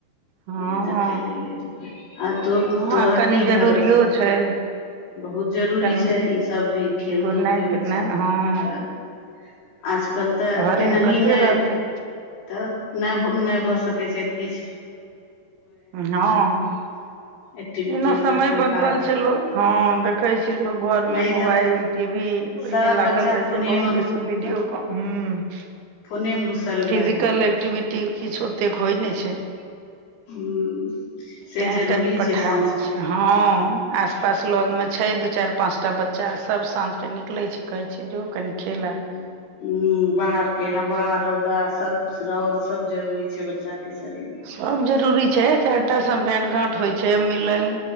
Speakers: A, on the right; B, on the left.
A: हँ
B: अभी तक खेलैए- धुपैए, आ तो
A: हँ
B: -तो
A: आ
B: ओर
A: कनि
B: की
A: जरूरियो
B: भ रहल छौ।
A: छै
B: बहुत जरूरी
A: कनि
B: छैय, इ सब भी खेल
A: घुरनाइ
B: धूप भी
A: फिरनाइ
B: बच्चा
A: हँ
B: त आजकल तऽ
A: घरे
B: एनाही
A: कते
B: मे,
A: रहतै
B: तब नै- नै भऽ सकै छै किछ।
A: हँ,
B: एक्टिविटी
A: एना
B: वला
A: समय
B: कोइ
A: बदलल
B: काज
A: छै लो। हँ, देखेै छी घर में
B: नहि
A: मोबाइल
B: तब तऽ
A: टी वी ओय
B: सब
A: में लागल
B: बच्चा
A: रहे
B: फोने
A: छै, बहुत
B: मे
A: बेसी वीडियो
B: तब
A: क हूँ,
B: फोने मे घुसल
A: फिजिकल
B: रहैये
A: एक्टिविटी किछ ओतेक होय नैय छैय।
B: हूँ। से
A: तें
B: जरूरी
A: कनि
B: छै
A: पठा
B: साँझके
A: दै छै, हँ, आस -पास लग में छैय, दू, चैर, पाँच टा बच्चा सब, साँझ के निकलेै छैय। कहैय छिये, जो कनि
B: हूँ
A: खेल आ।
B: हूँ, बाहर के हवा, रौदा सब रौद सब जरूरी छै बच्चा के शरीर मे।
A: काम जरूरी छै चारटा सब भेंट घाट होय छै, मिलन